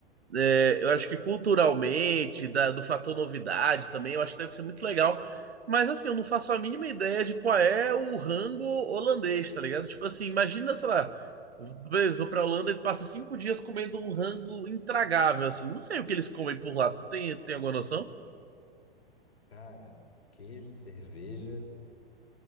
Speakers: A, on the right (about 85°); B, on the left (about 90°).
A: É, eu acho que culturalmente, da- do fator novidade também, eu acho que deve ser muito legal. Mas assim, eu não faço a mínima ideia de qual é o rango holandês, tá ligado? Tipo assim, imagina, sei lá, beleza, vou pra Holanda e passa cinco dias comendo um rango intragável, assim. Não sei o que eles comem por lá. Tu tem, tem alguma noção?
B: Cara, queijo, cerveja